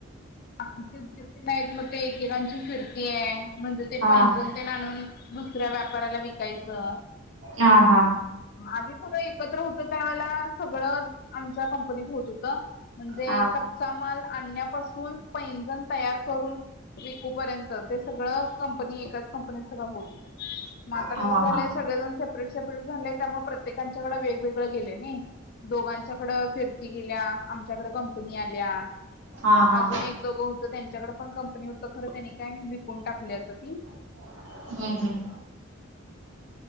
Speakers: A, on the left; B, on the right.
A: आखचे गिरते नाही मग ते एकेकांची फिरते <inaudible> ते म्हणजे ते
B: हा
A: पैंजण ते आणुन दुसऱ्या व्यापाराला विकायचं
B: हा हा
A: आधी कुठ एकत्र होत त्यावेळे सगळंच आमच्या कंपनीत होत होत म्हणजे
B: हा
A: कच्चा माल आणण्यापासून पैंजण तयार करून विकू पर्यंत ते सगळं कंपनी एकाच कंपनी सगळं होत होत मग आता
B: हा
A: कसं झालंय
B: हा.
A: सगळंजण सेपरेट सेपरेट झालेय त्यामुळे प्रत्येकांच्याकडें वेगवेगळं गेले नाही दोघांच्याकड फिरती गेल्या आमच्याकड कंपनी आल्या
B: हा हा
A: अजून एक दोघं होत त्यांच्याकडे पण कंपनी होत खरं त्यांनी काय विकून टाकली होत ती
B: हम्म हम्म